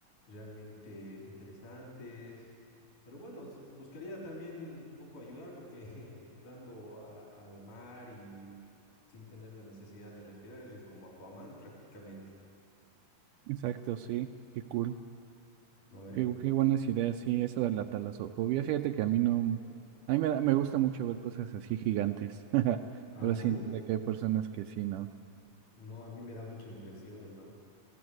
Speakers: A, on the left; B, on the right.
A: realmente interesantes. Pero bueno, s- buscaría también un poco ayudar, porque <laughs> entrando a la- al mar y sin tener la necesidad de respirar, eres como Aquaman prácticamente,
B: Exacto, sí, qué cool.
A: ¿no ve?
B: Qué, qué buenas ideas, sí, eso de la talasofobia. Fíjate que a mí no, a mí me, da- me gusta mucho ver cosas así gigantes, <laughs>
A: Ah,
B: pero sí
A: sí.
B: entiendo que hay personas que sí, ¿no?
A: No, a mí me da mucha impresión, hermano.